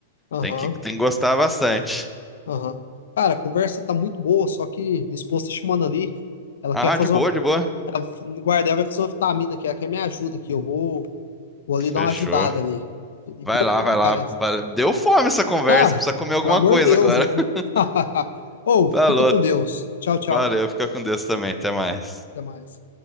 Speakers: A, on the left; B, in the centre.
A: Aham,
B: Tem que, tem que gostar bastante.
A: aham. Cara, a conversa tá muito boa, só que minha esposa tá chamando ali. Ela
B: Ah,
A: quer fazer
B: de boa,
A: uma.
B: de boa.
A: A guarda, ela vai fazer uma vitamina aqui, ela quer me ajuda aqui. Eu vou. Vou ali
B: Fechou.
A: dar uma ajudada ali. E
B: Vai
A: deu
B: lá,
A: fome,
B: vai lá.
A: parece.
B: Vale- Deu fome essa conversa.
A: Ah,
B: Precisa comer alguma
A: pelo amor
B: coisa
A: de Deus,
B: agora.
A: né?
B: <laughs>
A: <laughs> Ou, fica
B: Falou.
A: com Deus. Tchau, tchau.
B: Valeu. Fica com Deus também. Até mais.
A: Até mais.